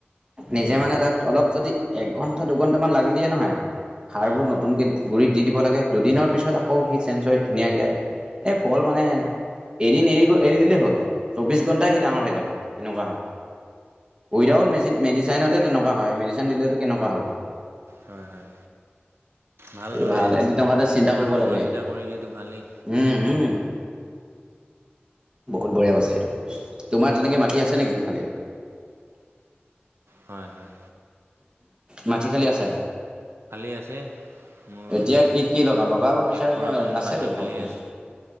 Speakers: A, on the right (about 25°); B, on the right (about 85°).
A: নিজে
B: হয়
A: মানে
B: হয়
A: তাত অলপ যদি একঘণ্টা দুঘন্টামান লাগি দিয়ে নহয় সাৰবোৰ
B: উম
A: নতুনকৈ গুৰিত দি দিব লাগে দুদিনৰ পিছত আকৌ সেই চেঞ্চৰ ধুনীয়াকে আহে এই ফল মানে এদিন এৰি এৰি দিলেই হ'ল চৌব্বিছ ঘণ্টাই সি ডাঙৰ হৈ যাব তেনেকোৱা হয় উইডাউট মে মেডিচাইনতে তেনেকোৱা হয় মেডিচিন দিলেতো কেনেকোৱা হ'ব
B: হয় হয় ভালদৰে
A: এইটো ভাল এটো তহঁতে চিন্তা কৰিব
B: চোৱা
A: লাগে
B: চিতা কৰিলেতো ভালেই
A: উম উম বহুত বঢ়িয়া বস্তু এইটো তোমাৰ তেনেকে মাটি আছে নেকি খালি
B: হয় হয়
A: মাটি খালি আছে
B: খালি আছে মোৰ
A: এতিয়া কি কি লগা লগাব বিচাৰিবা
B: এক পুৰামান
A: আছেতো
B: মাটি
A: বহুতখিনি
B: খালী আছে